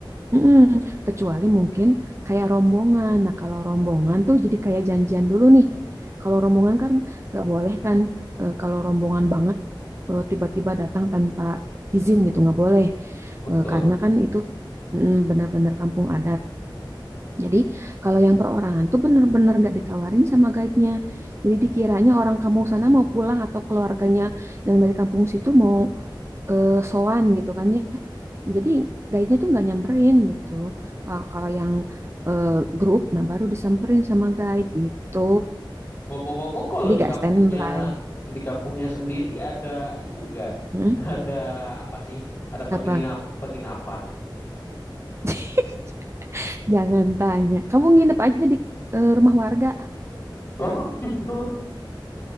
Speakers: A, on the right; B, on the left.
A: Mm-mm. Kecuali mungkin kayak rombongan. Nah kalau rombongan tuh jadi kayak janjian dulu nih. Kalau rombongan kan nggak boleh kan, Eh, kalau rombongan banget eh, tiba-tiba datang tanpa izin gitu nggak boleh
B: Betul.
A: Eh, karena kan itu mm, benar-benar kampung adat. Jadi kalau yang perorangan tuh benar-benar nggak ditawarin sama guide-nya. Jadi dikiranya orang kampung sana mau pulang atau keluarganya yang dari kampung situ mau eh, sowan gitu kan ya. Jadi guide-nya tuh nggak nyamperin gitu. Kalau kalau yang eh, grup, nah baru disamperin sama guide gitu.
B: Ngomong-ngomong, kalau
A: Jadi
B: di
A: gak
B: kampungnya
A: standby.
B: di kampungnya sendiri ada itu nggak?
A: Hmm?
B: Ada apa sih? Ada penginap
A: Apa?
B: penginapan.
A: <laughs> Jangan tanya. Kamu nginep aja di eh, rumah warga.
B: Oh gitu.